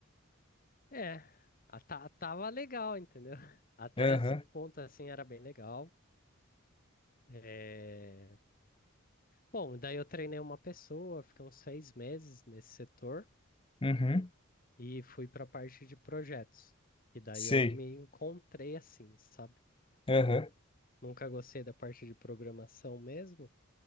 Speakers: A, on the left (about 40°); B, on the left (about 25°).
A: é, a- tá, tava legal, entendeu? <laughs> Até
B: Aham.
A: esse ponto, assim, era bem legal. É, Bom, daí eu treinei uma pessoa, fiquei uns seis meses nesse setor
B: Uhum.
A: e fui para a parte de projetos. E daí
B: Sei.
A: eu me encontrei assim, sabe?
B: Aham.
A: Que eu Nunca gostei da parte de programação mesmo.